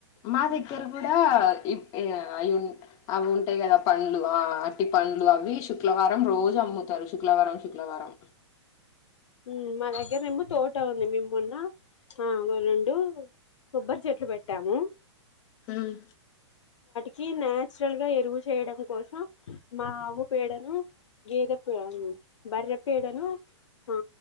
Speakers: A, on the left; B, on the left.
A: మా దగ్గర కూడా ఇప్ ఇగ అయున్ అవున్ టాయి కదా పండ్లు ఆ అరిటిపండ్లు అవి శుక్లవారం అం రోజు అమ్ముతారు శుక్లవారం శుక్లవారం
B: ఊ మా దగ్గర ఏమో తోట ఉంది. మేము మొన్న ఆ రెండు కొబ్బరి చెట్లు పెట్టాము.
A: హమ్
B: కి నాచురల్ గా ఎరువులు చేయడం కోసం మా ఆవు పేడను, గేదె పే బర్రే పేడను ఆ